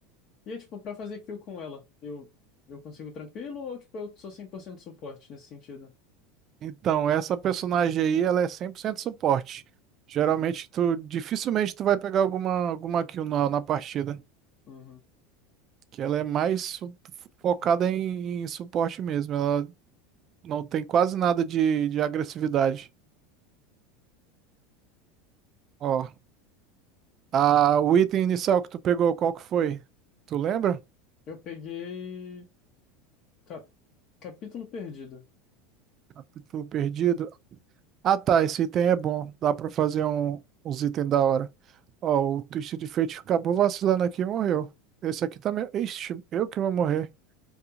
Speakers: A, on the left; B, on the right.
A: E, aí, tipo, pra fazer kill com ela, eu, eu consigo tranquilo ou, tipo, eu sou 100% suporte nesse sentido?
B: Então, essa personagem aí, ela é 100% suporte. Geralmente,
A: Uhum,
B: tu dificilmente tu vai pegar alguma, alguma kill na, na partida,
A: uhum.
B: que ela é mais su- focada em, em suporte mesmo. Ela não tem quase nada de, de agressividade. Ó, a, o item inicial que tu pegou, qual que foi? Tu lembra?
A: Eu peguei... cap- Capítulo perdido.
B: A- Tu perdido? Ah tá, esse item é bom. Dá pra fazer um, uns itens da hora. Ó, o Twisted Fate acabou vacilando aqui e morreu. Esse aqui também. Ixi, eu que vou morrer.